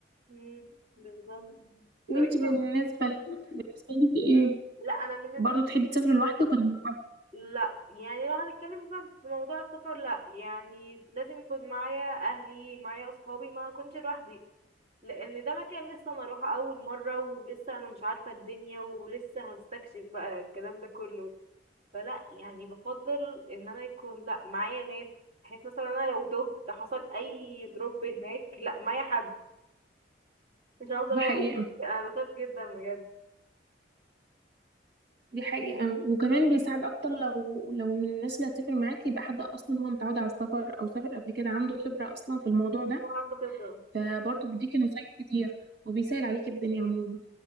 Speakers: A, on the right; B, on the right.
A: مم، بالظبط
B: وانتي
A: طب انت
B: بالنسبه ل... بالنسبه لك ايه
A: لا انا بالنسبة
B: برضه تحبي
A: لي
B: تسافري لوحدك ولا مع حد
A: لا يعني لو هنتكلم مثلا في موضوع السفر لا يعني لازم يكون معايا اهلي معايا اصحابي ما اكونش لوحدي لان ده مكان لسه انا اروحه اول مرة ولسه انا مش عارفة الدنيا ولسه هستكشف بقى الكلام ده كله فلا يعني بفضل ان انا يكون لا معايا ناس بحيث مثلا انا لو تهت حصل اي دروب هناك لا معايا حد مش هفضل
B: دي
A: يعني
B: حقيقة
A: انا بخاف جدا بجد
B: دي حقيقة وكمان بيساعد أكتر لو لو من الناس اللي هتسافر معاكي يبقى حد أصلا هو متعود على السفر أو سافر قبل كده عنده خبرة أصلا في الموضوع ده
A: هو عنده خبرة
B: فبرضه بيديكي نصايح كتير وبيسهل عليكي الدنيا عموما